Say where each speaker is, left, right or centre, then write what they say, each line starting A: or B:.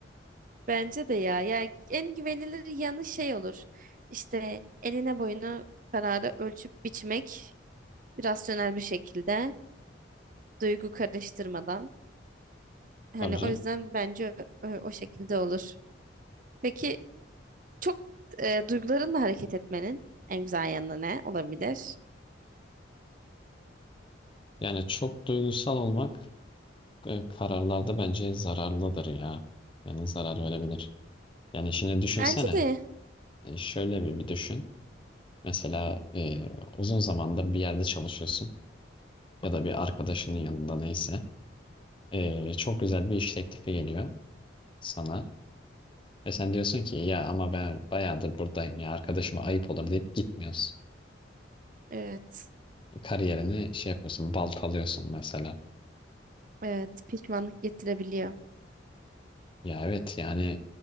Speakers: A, on the right; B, on the left.
A: Bence de ya. Yani en güvenilir yanı şey olur. İşte eline boyuna kararı ölçüp biçmek rasyonel bir şekilde duygu karıştırmadan. Hani
B: Tabii canım.
A: o yüzden bence e, o şekilde olur. Peki çok e, duygularınla hareket etmenin en güzel yanı ne olabilir?
B: Yani çok duygusal olmak e, kararlarda bence zararlıdır ya. Yani zarar verebilir. Yani şimdi düşünsene.
A: Bence de
B: e, şöyle bir, bir düşün. Mesela e, uzun zamandır bir yerde çalışıyorsun ya da bir arkadaşının yanında neyse. E, çok güzel bir iş teklifi geliyor sana. Ve sen diyorsun ki ya ama ben bayağıdır buradayım ya arkadaşıma ayıp olur deyip gitmiyorsun.
A: evet.
B: Kariyerini şey yapıyorsun baltalıyorsun mesela.
A: Evet, pişmanlık getirebiliyor.
B: Ya evet yani